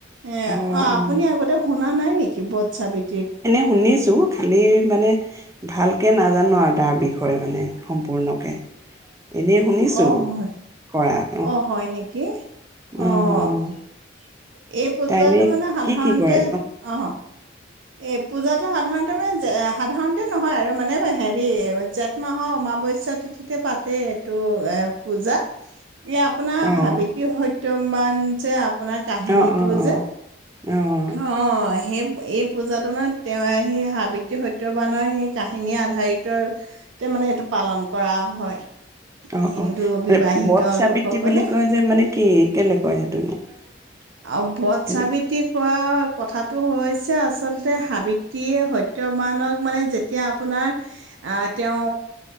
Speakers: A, on the right; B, on the right.
A: এয়া
B: অ', অ'।
A: আপুনি আগতে শুনা নাই নেকি স্ৰাৱিত্ৰী
B: শুনিছো খা খালি মানে ভালকে নাজানো আৰু তাৰ বিষয়ে মানে সম্পূৰ্ণকে এনেই শুনিছো
A: অ হয়
B: কৰাত
A: অ হয় নেকি
B: অ'।
A: অঁ <inaudible> এই পূজাটো
B: তাই এনে
A: মানে সাধাৰণতে
B: কি কি কৰে?
A: অ এ পূজাতটো সাধাৰণতে মানে সাধাৰণতে নহয় আৰু মানে হেৰি জেঠ মাহৰ অমাৱস্যা তিথিতে পাতে এইটো এ পূজা এই আপোনাৰ
B: অ',
A: সাৱিত্ৰী সত্য সত্যবান যে আপোনাৰ কাহিনীটো
B: অ', অ', অ',
A: যে
B: অ'।
A: অ' সেই এই পূজাটো মানে তেওঁ সেই সাবিত্ৰী সত্যবানৰ সেই কাহিনীয়ে আধাৰিত আৰু মানে এইটো পালন কৰা হয়।
B: অ
A: হিন্দু
B: অ
A: বিবাহিত
B: এ বট স্ৰাৱিত্ৰী
A: লোকসকলে
B: বুলি কয় যে মানে কি কেলেকয় সেইটোনো সেতো
A: অ বধ সাৱিত্ৰী কোৱা কথাটো হৈছে আচলতে সাৱিত্ৰীয়ে সত্যবানক মানে যেতিয়া আপোনাৰ আহ তেওঁ